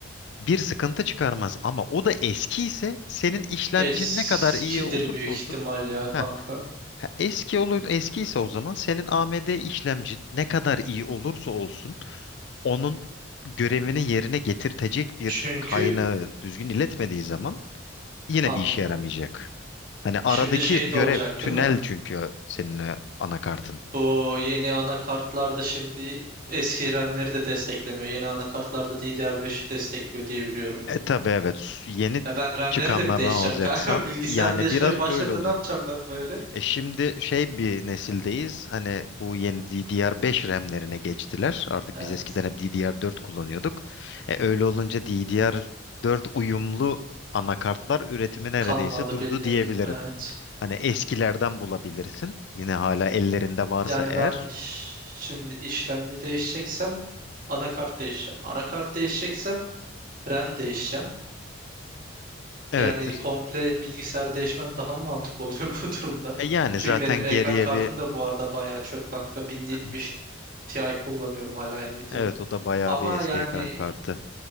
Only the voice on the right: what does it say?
eskidir
büyük
ihtimal ya
kanka.
Çünkü
anladım.
Şimdi şey de
olacak
değil mi?
Bu yeni anakartlarda şimdi eski RAM'leri de desteklemiyor. Yeni anakartlarda DDR5'i destekliyor diye biliyorum.
Ya ben RAM'leri
de mi değişeceğim
kanka? <laughs> Bilgisayar
değişmeye
başladığımda
ne yapacağım ben böyle?
Evet.
Kalmadı
bildiğin.
Evet.
Yani
ben ş- şimdi işlemci değişeceksem anakart değişeceğim. Anakart değişeceksem RAM değişeceğim.
Yani komple bilgisayar değişmem daha mı mantıklı oluyor <laughs> bu durumda?
Çünkü
benim ekran
kartım
da bu arada bayağı çöp kanka. 1070
Ti kullanıyorum hala Nvidia'nın.
Ama
yani